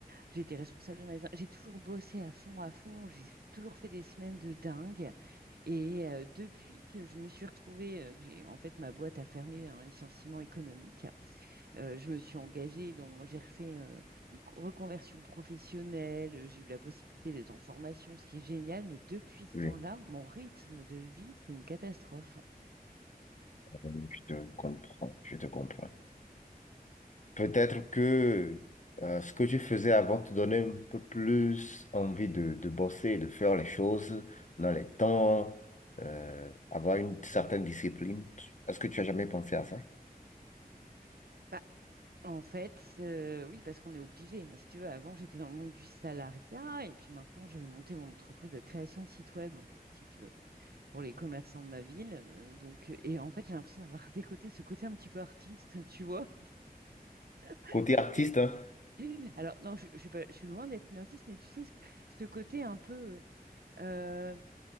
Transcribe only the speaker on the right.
J'étais responsable de magasin. J'ai toujours bossé à fond, à fond. J'ai toujours fait des semaines de dingue. Et euh, depuis que je me suis retrouvée, euh, que j'ai, en fait, ma boîte a fermé un licenciement économique, euh, je me suis engagée dans, j'ai refait euh, une co- reconversion professionnelle. euh, J'ai eu la possibilité d'être en formation, ce qui est génial. Mais depuis ce
temps-là, mon rythme de vie, c'est une catastrophe.
Bah, En fait, euh, oui, parce qu'on est obligé. Si tu veux, avant, j'étais dans le monde du salariat et puis maintenant, je vais monter mon entreprise de création de site web, si tu veux, pour les commerçants de ma ville. Euh, donc, euh, et en fait, j'ai l'impression d'avoir <laughs> décoté ce côté un petit peu artiste, tu vois. <laughs>
Et-
alors, non, je, je suis pas, je suis loin d'être une artiste, mais tu sais, ce, ce côté un peu, euh,